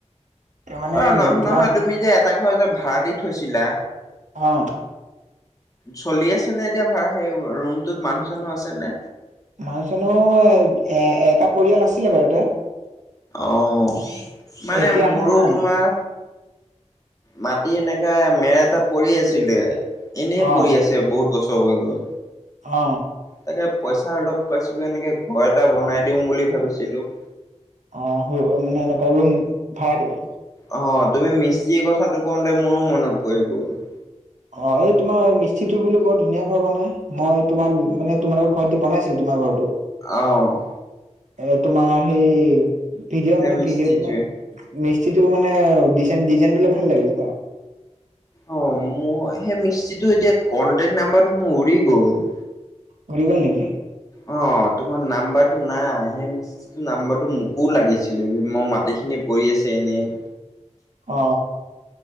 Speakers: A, on the right (about 75°); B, on the left (about 25°).
A: এ মানে
B: অ, নহ
A: তোমাৰ
B: নহয় তুমি যে এটা ঘৰ যে ভাড়া দি থৈছিলা।
A: অ,
B: চলি আছে নে এতিয়া ভাড়া সেই ৰুমটোত মানুহ চানুহ আছেনে।
A: মানুহছানো এ এটা পৰিয়াল আছিলে বাৰুতে।
B: অ, মানে
A: এতিয়া
B: মোৰো
A: অহা নাই
B: তোমাৰ। মাটি এনেকা মেৰ এটা পৰি আছিলে এনে
A: অ
B: পৰি আছে বহুত বছৰ হৈ গ'ল।
A: অ,
B: তাকে পইচা অলপ পাইছিলো এনেকে ঘৰ এটা বনাই দিওঁ বুলি ভাবিছিলো।
A: অ, মানে এনেকুৱা ৰুম ভাড়া দিবা।
B: অ, তুমি মিস্তিৰ কথাটো কওঁতে মোৰো মনত পৰি গ'ল।
A: অ, এই তোমাৰ মিস্ত্ৰীটো বোলো বৰ ধুনীয়া ঘৰ বনাই মই তোমাৰ মানে তোমালোকৰ ঘৰত বনাইছো। তোমাৰ ঘৰতো।
B: অ,
A: এ, তোমাৰ সেই ভিডিঅ'
B: সেই
A: মানে
B: মিস্ত্ৰীটোৱে।
A: ভিডিঅ' তোমাৰ। মিস্ত্ৰীটো মানে ডিজাইন ডিজাইন বিলাক ভাল লাগিলে তা
B: অ, মোৰ সেই মিস্ত্ৰীটো এতিয়া কন্টেক্ট নাম্বাৰ মোৰ উৰি গ'ল।
A: <unintelligible> নেকি?
B: অ, তোমাৰ নাম্বাৰটো নাই সেই নাম্বৰটো মোকো লাগিছিল মোৰ মাটিখিনি পৰি আছে এনেই।
A: অ,